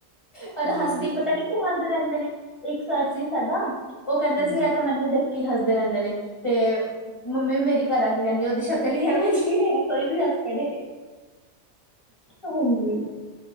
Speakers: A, on the left; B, on the right.
A: ਪਰ
B: ਤੇ ਬੋਲਦੀ
A: ਹੱਸਦੀ
B: ਬੜਾ
A: ਪਤਾਨੀ ਕਿਉਂ ਹੱਸਦੇ ਰਹਿੰਦੇ ਨੇ। ਇੱਕ ਸਰ ਸੀ ਸਾਡਾ, ਉਹ ਕਹਿੰਦਾ
B: ਹਾਂਜੀ
A: ਸੀ ਇਹ ਤਾਂ ਮੈਨੂੰ ਦੇਖ ਕੀ ਹੱਸਦੇ ਰਹਿੰਦੇ ਨੇ। ਤੇ, ਮੰਮੀ ਵੀ ਮੇਰੀ ਘਰ ਆਕੇ ਕੇਹਿਂਦੀ ਨੇ ਕੀ ਉਹਦੀ ਸ਼ਕਲ ਹੀ ਐਹੋਜੀ ਹੈ। ਕੋਈ ਵੀ ਹੱਸ ਪੜ੍ਹੇ, ਹਾਂਜੀ।